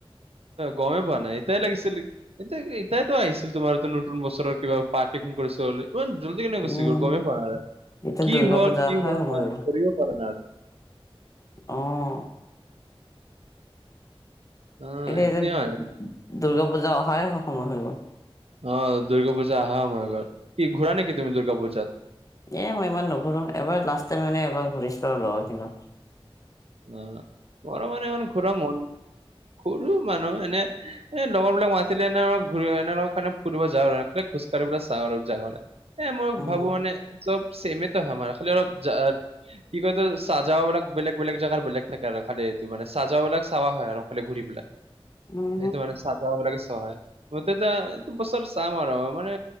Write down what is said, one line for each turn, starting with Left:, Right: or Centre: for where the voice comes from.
Right: গমেই পোৱা নাই এতাই লাগিছিল এতিয়া এতাইো আহিছিল তোমাৰটো নতুন বছৰৰ কিবা পাৰ্টি ফোন কৰিছিল বুলি। ইমান জল্দি কেনে গুচি
Left: উম
Right: গ'ল গমেই পোৱা নাই,
Left: এতিয়া
Right: কি
Left: দুৰ্গা
Right: হ'ল,
Left: পূজা
Right: কি
Left: অহাৰ
Right: হোৱা
Left: সময়
Right: নাই
Left: হৈ গ'ল
Right: ধৰিব পৰা নাই আৰু।
Left: অ'।
Right: অ
Left: এতিয়া এতিয়া
Right: মানে
Left: দুৰ্গা পূজা অহাযে সময় হৈ গ'ল।
Right: অ', দুৰ্গা পূজা অহা সমই হৈ গ'ল কি ঘূৰা নেকি তুমি দুৰ্গা পূজাত।
Left: এ মই ইমান নুঘুৰো এবাৰ লাষ্ট টাইম মানে এবাৰ ঘূৰি চু লগৰ কিনা।
Right: অ', ঘৰৰ মানে ইমান ঘূৰা মন, ঘূৰো মানুহ এনে। এ লগৰ বিলাক মাতিলে এনে ঘূৰি এনেৰ কাৰণে ফুৰিব যাওঁ খজকাঢ়িবিল চাওঁ আৰু এ মই
Left: উম,
Right: ভাবো মানে। চব চেমেটো হয় মাৰ খালি অলপ জা কি কো এটো সজাও বিলাক বেলেক বেলেগ জাগাৰ বেলেগ থাকে আৰু খালি এইটো মানে চাজা বিলাক সৱ হৈ আৰু খালি ঘূৰি পেলাই।
Left: উম,
Right: এইটো মানে চাহ ধা হুবলগে চহায় গুতেত বছৰ সম আৰু মানে